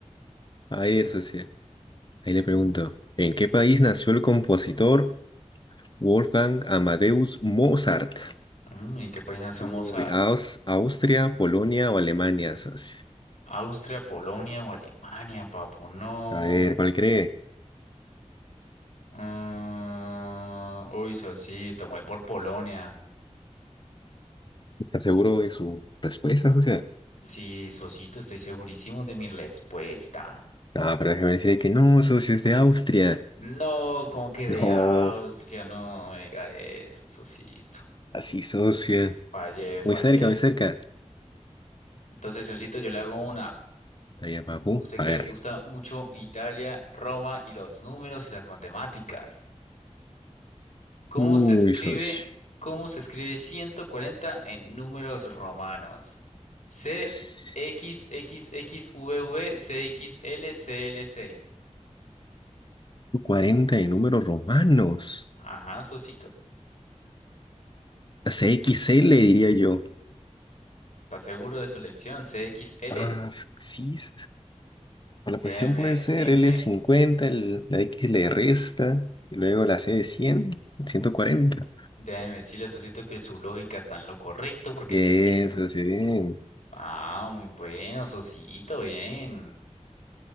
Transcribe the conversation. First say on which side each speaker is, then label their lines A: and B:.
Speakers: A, on the left (about 40°); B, on the left (about 80°).
A: A ver, socio, ahí le pregunto, ¿en qué país nació el compositor Wolfgang Amadeus Mozart?
B: Mm, ¿En qué país nació
A: Uy,
B: Mozart?
A: Aus- Austria, Polonia o Alemania, socio.
B: ¿Austria, Polonia o Alemania, papu? No.
A: A ver, ¿cuál cree?
B: Mm, uy, Sosito, me voy por Polonia.
A: ¿Está seguro de su respuesta, socio?
B: Sí, Sosito, estoy segurísimo de mi respuesta.
A: Ah pero déjeme decirle que no, socio, es de Austria.
B: No, como que de
A: No,
B: Austria, no, me diga eso, Sosito.
A: así, socio.
B: Fallé, fallé.
A: Muy cerca, muy cerca.
B: Entonces, Sosito, yo le hago una.
A: Allá, abajo
B: Usted
A: A
B: que
A: ver.
B: le gusta mucho Italia, Roma y los números y las matemáticas. ¿Cómo
A: Uy,
B: se escribe,
A: socio.
B: cómo se escribe 140 en números romanos? C,
A: S-
B: X, X, X, V, V, C, X, L, C, L, C.
A: 40 de números romanos.
B: Ajá, Sosito.
A: CXL, le diría yo.
B: ¿Está seguro de su lección? C, X, L.
A: Ah, sí. s- s- Por la posición
B: Déjeme
A: puede
B: decirle,
A: ser l cincuenta el- la X le resta, y luego la C de 100, 140.
B: déjeme decirle, Sosito, que su lógica está en lo correcto porque
A: Bien,
B: sí.
A: socio, bien.
B: Ah, muy bueno, Sosito, bien.